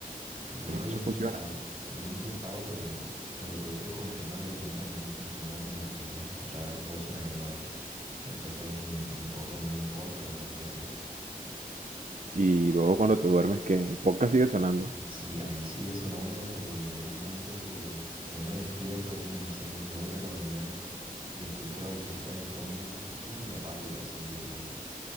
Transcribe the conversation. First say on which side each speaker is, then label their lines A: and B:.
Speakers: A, on the right; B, on the right.
A: Yo lo he
B: Eso
A: intentado,
B: funciona.
A: yo lo he intentado, pero, pero creo que con el tema de dormir a mí me funciona como que más escuchar voces hablando. Entonces me, me puedo poner un podcast o algo así.
B: Y luego cuando te duermes, que el podcast sigue sonando.
A: Mm, Sí, ahí sigue sonando hasta que llega un punto en que yo me despierto así, no sé, dos de la mañana y escucho la vocecita de fondo y tú lo apago y ya sigo durmiendo.